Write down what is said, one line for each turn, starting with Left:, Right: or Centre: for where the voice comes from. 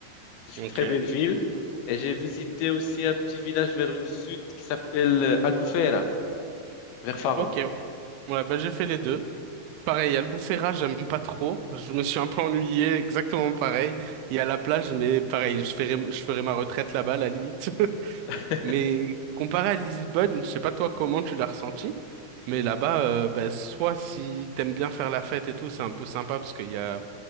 Left: C'est
Right: Ok.
Left: une très belle ville. Et j'ai visité aussi un petit village vers le sud qui s'appelle euh, Albufeira, vers Faro.
Right: Ok. Ouais, bah, j'ai fait les deux. Pareil, il y a le Albufeira, j'aime pas trop. Je me suis un peu ennuyé, exactement pareil. Il y a la plage, mais pareil, je ferai, je ferai ma retraite là-bas, à la limite. <laughs>
Left: <laughs>
Right: Mais comparé à Lisbonne, je sais pas toi comment tu l'as ressenti, mais là-bas, euh, bah, soit si t'aimes bien faire la fête et tout, c'est un peu sympa parce qu'il y a